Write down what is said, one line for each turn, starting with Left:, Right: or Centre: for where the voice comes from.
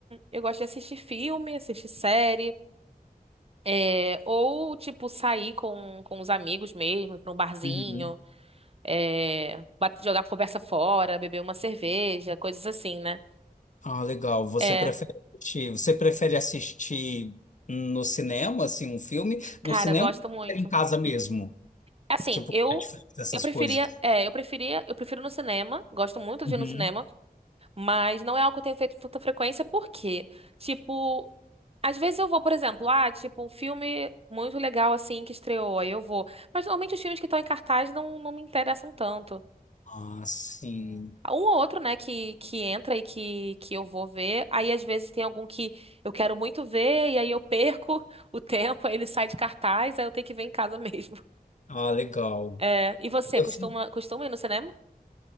Right: eu gosto de assistir filme, assistir série, é, ou tipo sair com, com os amigos mesmo, ir pra um barzinho,
Left: Uhum.
Right: é, bate- jogar conversa fora, beber uma cerveja, coisas assim, né?
Left: Ah, legal. Você
Right: É,
Left: prefere assistir, você prefere assistir no cinema, assim, um filme?
Right: cara,
Left: No cinema
Right: eu gosto
Left: ou
Right: muito.
Left: prefere em casa mesmo?
Right: Assim,
Left: Tipo,
Right: eu
Left: Netflix, essas
Right: eu preferia,
Left: coisas.
Right: é, eu preferia, eu prefiro no cinema, gosto muito
Left: Uhum.
Right: de ir no cinema, mas não é algo que eu tenho feito com tanta frequência, porque, tipo, Às vezes eu vou, por exemplo, ah, tipo, um filme muito legal assim que estreou, aí eu vou. Mas normalmente os filmes que estão em cartaz não, não me interessam tanto.
Left: Ah, sim.
Right: Um ou outro, né, que, que entra e que, que eu vou ver. Aí às vezes tem algum que eu quero muito ver, e aí eu perco <laughs> o tempo, aí ele sai de cartaz, aí eu tenho que ver em casa <laughs> mesmo.
Left: Ah, legal.
Right: É, e você,
Left: Eu
Right: costuma,
Left: sei.
Right: costuma ir no cinema?